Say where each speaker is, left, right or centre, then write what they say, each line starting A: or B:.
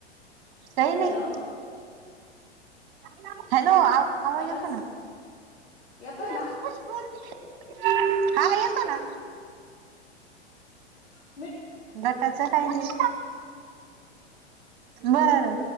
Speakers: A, on the right (about 45°); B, on the left (about 65°).
A: सही
B: हॅलो
A: नाही, <unintelligible> हॅलो आवाज
B: गटाच
A: येतो ना,
B: येतोय
A: <unintelligible>
B: ना
A: हा येतो ना
B: हम
A: गटाच काही नाही बर